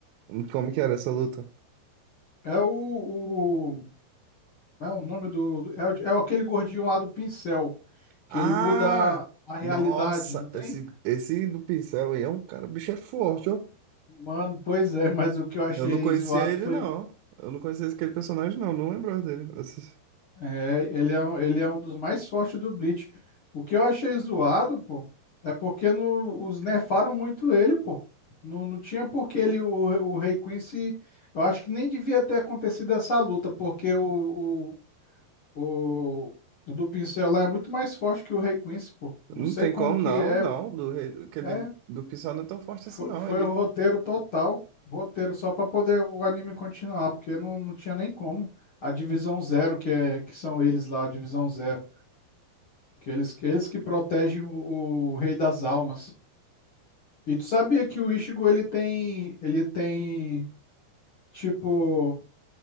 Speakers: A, on the right; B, on the left.
A: Hum, Como que era essa luta?
B: É o, Como É o nome do, do- é, o de- é aquele gordinho lá do pincel,
A: Ah!
B: que ele muda a realidade,
A: Nossa!
B: não tem?
A: Esse, esse do pincel aí é um cara, bicho é forte, ó.
B: Mano, pois é, <laughs> mas o que eu achei
A: Eu não conhecia
B: zoado
A: ele,
B: foi.
A: não. Eu não conhecia aquele personagem, não. Não lembrava dele. Esse-
B: É, ele é, um- ele é um dos mais fortes do Bleach. O que eu achei zoado, pô, é porque no, os nerfaram muito ele, pô. Não, não tinha por que ele, o, o Rei Quincy. Eu acho que nem devia ter acontecido essa luta, porque o, o, o, o do pincel lá é muito mais forte que o Rei Quincy, pô. Não
A: Não
B: sei
A: tem
B: como
A: como,
B: que
A: não,
B: é.
A: não. Do rei, aquele
B: É,
A: do pincel não é tão forte
B: Foi,
A: assim, não.
B: foi
A: Ele
B: o roteiro total, roteiro só para poder o anime continuar, porque não, não tinha nem como. A Divisão Zero, que é que são eles lá, a Divisão Zero, que eles que, eles que protegem o, o Rei das Almas. E tu sabia que o Ichigo ele tem ele tem tipo